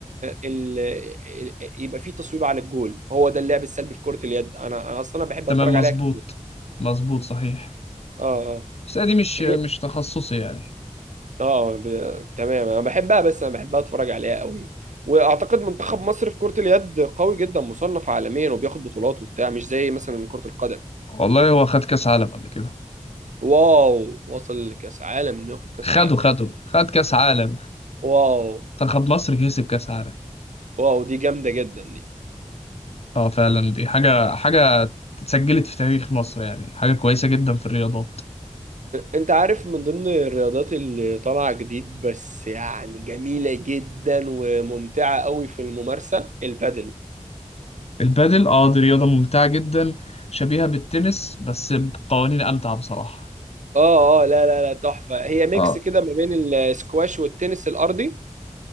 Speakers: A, on the right; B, on the left.
A: ال ال- يبقى في تصويبة على الجول هو ده اللعب السلبي في كرة اليد انا انا اصلا أنا بحب
B: تمام
A: اتفرج
B: مظبوط
A: عليها كتير.
B: مظبوط صحيح
A: اه آه.
B: بس دي مش
A: غير-
B: مش تخصصي يعني
A: اه ب... تمام انا بحبها بس انا بحبها اتفرج عليها قوي واعتقد منتخب مصر في كرة اليد قوي جدا مصنف عالميا وبياخد بطولات وبتاع مش زي مثلا كرة القدم
B: والله هو خد كأس عالم قبل كده
A: واو وصل لكاس عالم انه ياخد كاس
B: خده
A: عالم يلا.
B: خده خد كأس عالم
A: واو
B: منتخب مصر كسب كأس عالم
A: واو دي جامدة جدا دي
B: اه فعلا دي حاجة حاجة اتسجلت في تاريخ مصر يعني حاجة كويسة جدا في الرياضات
A: انت عارف من ضمن الرياضات اللي طالعة جديد بس يعني جميلة جدا وممتعة قوي في الممارسة البادل
B: البادل اه دي رياضة ممتعة جدا شبيهة بالتنس بس بقوانين أمتع بصراحة
A: اه اه لا لا لا تحفة هي ميكس
B: اه
A: كده ما بين السكواش والتنس الارضي